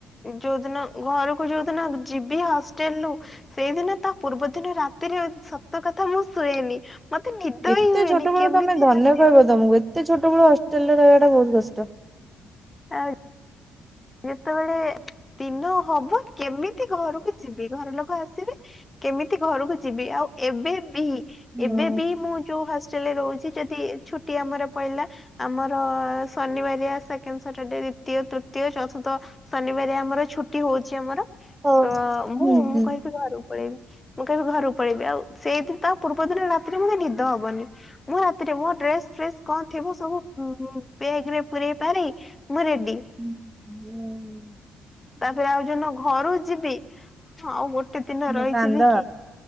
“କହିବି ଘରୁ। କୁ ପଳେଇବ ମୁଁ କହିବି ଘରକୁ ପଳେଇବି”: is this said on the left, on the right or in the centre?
Left